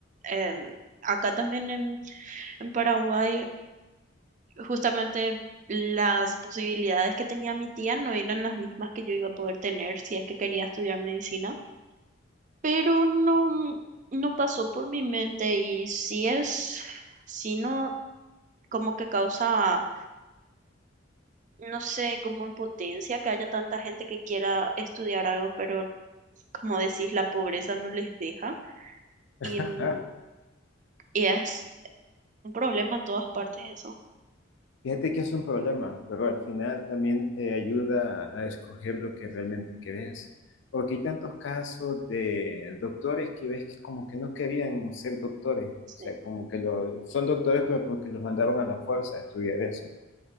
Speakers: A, on the right (about 40°); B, on the left (about 65°).
A: em, acá también en, en Paraguay justamente las posibilidades que tenía mi tía no eran las mismas que yo iba a poder tener si es que quería estudiar medicina, pero no, no pasó por mi mente y sí es, sí no, como que causa, no sé, como impotencia que haya tanta gente que quiera estudiar algo, pero como decís, la pobreza no les deja
B: <laughs>
A: y, mm, y es un problema en todas partes eso.
B: Fíjate que es un problema, pero al final también te ayuda a escoger lo que realmente querés. Porque hay tantos casos de doctores que ves que como que no querían ser doctores.
A: Sí,
B: O sea, como que lo, son doctores, pero porque los mandaron a la fuerza a estudiar eso.